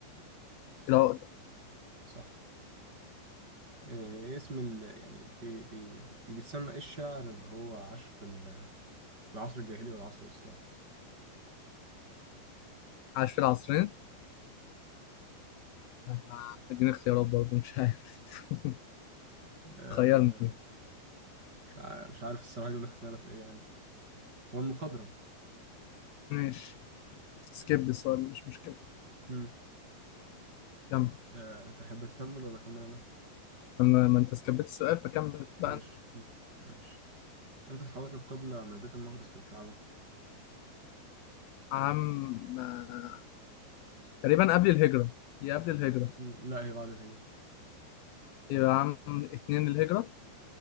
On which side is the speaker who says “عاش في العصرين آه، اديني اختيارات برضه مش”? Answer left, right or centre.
Left